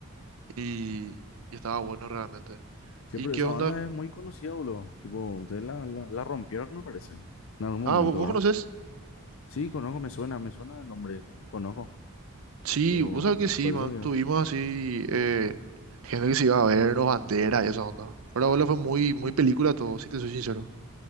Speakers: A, on the right (about 70°); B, on the left (about 60°).
A: Y, y estaba bueno realmente.
B: Sí,
A: ¿Y
B: pero
A: qué
B: esa
A: onda?
B: banda es muy conocida, boludo. Tipo, ustedes la, la, la rompieron, me parece. En algún momento,
A: Ah, ¿vo- ¿vos,
B: ¿verdad?
A: conoces?
B: Sí, conozco, me suena, me suena el nombre, conozco.
A: Sí,
B: Tipo,
A: vos sabés que sí,
B: por eso
A: man.
B: digo.
A: Tuvimos así eh, gente que se iba a vernos, banderas y esa onda. Pero abuela fue muy, muy película todo, si te soy sincero.